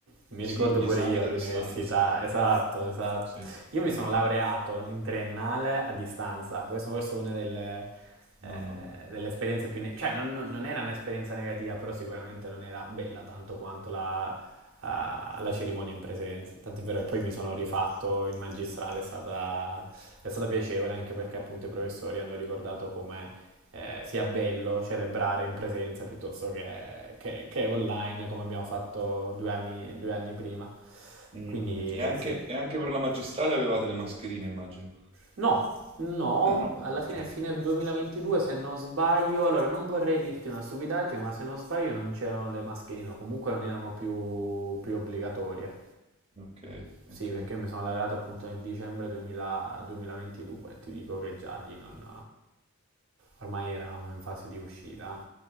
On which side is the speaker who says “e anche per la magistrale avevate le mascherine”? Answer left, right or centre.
Right